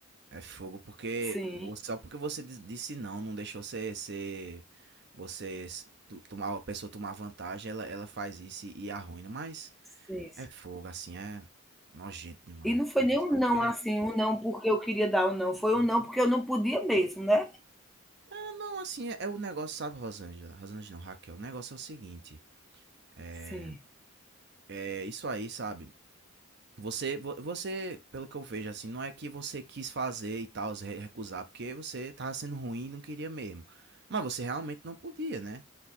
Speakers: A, on the right; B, in the centre.
A: É fogo porque
B: Sim,
A: vo- só porque você di- disse não, não deixou você ser você s- tu- tomar a pessoa tomar vantagem, ela, ela faz isso e, e arruina, mas
B: sim,
A: é fogo assim, é nojento demais.
B: E não foi
A: Nunca
B: nem um
A: só
B: não,
A: porque
B: assim, um não porque eu queria dar um não, foi
A: Uhum.
B: um não porque eu não podia mesmo, né.
A: É, Não, assim, é, é o negócio, sabe, Rosângela? Rosângela não, Raquel. O negócio é o seguinte: é,
B: Sim,
A: é isso aí, sabe? Você, vo- você, pelo que eu vejo, assim, não é que você quis fazer e tal, se re- recusar, porque você tava sendo ruim e não queria mesmo. Mas você realmente não podia, né?